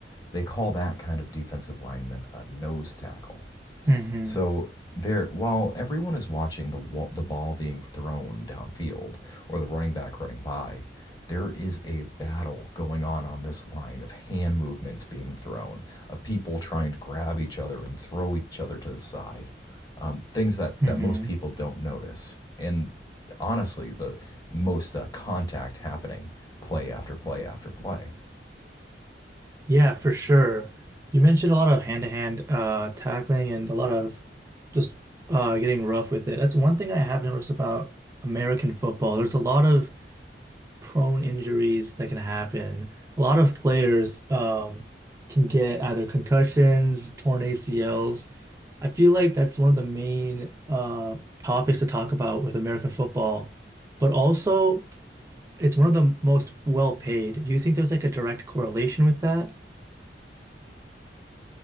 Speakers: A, on the left; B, on the right.
A: they call that kind of defensive lineman a nose tackle.
B: hmm
A: So there, while everyone is watching the wall, the ball being thrown downfield or the running back running by, there is a battle going on on this line of hand movements being thrown, of people trying to grab each other and throw each other to the side, um, things that
B: hmm
A: that most people don't notice. And honestly, the most uh, contact happening play after play after play.
B: Yeah, for sure. You mentioned a lot of hand-to-hand uh, tackling and a lot of just uh, getting rough with it. That's one thing I have noticed about American football. There's a lot of prone injuries that can happen. A lot of players um, can get either concussions, torn ACLs. I feel like that's one of the main uh, topics to talk about with American football, but also it's one of the most well paid. Do you think there's like a direct correlation with that?